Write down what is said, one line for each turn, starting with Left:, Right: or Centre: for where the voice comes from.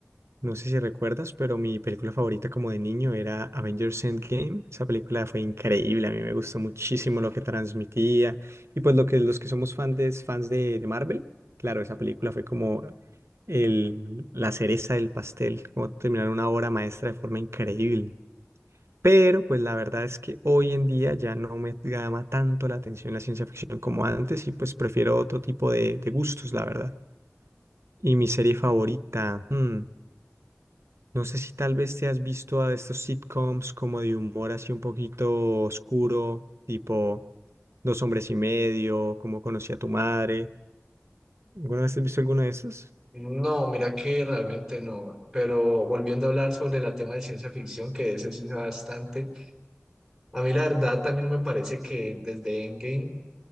Right: No sé si recuerdas, pero mi película favorita como de niño era Avengers Endgame. Esa película fue increíble, a mí me gustó muchísimo lo que transmitía. Y pues lo que los que somos fans de, fans de, de Marvel, claro, esa película fue como el, la cereza del pastel, como terminar una obra maestra de forma increíble. Pero pues la verdad es que hoy en día ya no me llama tanto la atención la ciencia ficción como antes y pues prefiero otro tipo de, de gustos, la verdad. Y mi serie favorita, hmm. No sé si tal vez te has visto a estos sitcoms como de humor así un poquito oscuro, tipo Dos hombres y medio, Cómo conocí a tu madre. ¿Alguna vez has visto alguno de esos?
Centre: No, mira que realmente no, pero volviendo a hablar sobre la tema de ciencia ficción, que ese sí bastante, a mí la verdad también me parece que desde Endgame